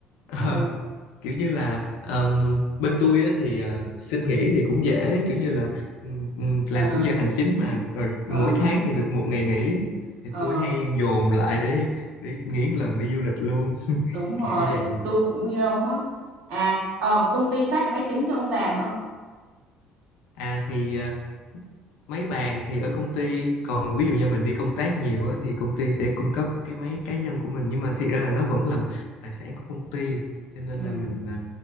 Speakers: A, on the left; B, on the right.
A: <laughs>
B: ờ
A: kiểu như là ờm, bên tôi á, thì ờ, xin nghỉ thì cũng dễ kiểu như là ừm, ừm, làm
B: ờ
A: cũng giờ hành chính mà rồi mỗi
B: ờ
A: tháng thì được một ngày nghỉ thì
B: ờ
A: tôi hay dồn lại để để nghỉ một lần đi du lịch luôn <laughs>
B: đúng
A: kiểu
B: rồi
A: vậy
B: tôi cũng như ông á à ờ, công ty phát máy tính cho ông làm hả
A: à thì ờ, máy bàn thì ở công ty còn ví dụ như mình đi công tác nhiều á, thì công ty sẽ cung cấp cái máy cá nhân của mình nhưng mà thiệt ra là nó vẫn là tài sản của công ty cho nên
B: ừ
A: là mình à,